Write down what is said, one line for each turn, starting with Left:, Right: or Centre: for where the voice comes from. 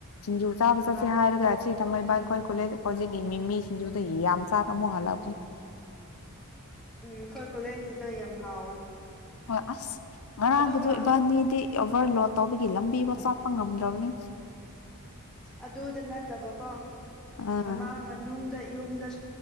Left: ꯖ ꯆꯥꯕꯁ ꯁꯤ ꯍꯥꯔꯒꯁꯤ ꯇꯏꯀꯏ ꯀꯣꯂꯦ ꯄꯖꯤꯦ ꯃꯤ ꯃꯤꯖꯗ ꯍ ꯑ ꯑꯃꯁꯆꯥ ꯀ ꯃꯣ ꯍꯥꯂ
Centre: ꯎꯝ ꯑꯩꯈꯣꯏ ꯀꯣꯂꯩꯖꯁꯤꯗ ꯌꯥꯝ ꯍꯥꯎꯋꯦ
Left: ꯍꯣꯏ ꯑꯁ ꯉꯔꯥꯡꯒꯗꯨ
Centre: ꯑꯗꯨꯒ
Left: ꯏꯕꯥꯅꯤꯗꯤ ꯑꯣꯚꯔ ꯂꯣꯗ ꯇꯧꯕꯒꯤ ꯂꯝꯕꯤꯐꯣ ꯆꯠꯄ ꯉꯝꯗ꯭ꯔꯕꯅꯤ
Centre: ꯑꯗꯨꯗ ꯅꯠꯇꯕꯀꯣ
Left: ꯑꯥ
Centre: ꯑꯃ ꯃꯅꯨꯡꯗ ꯌꯨꯝꯗ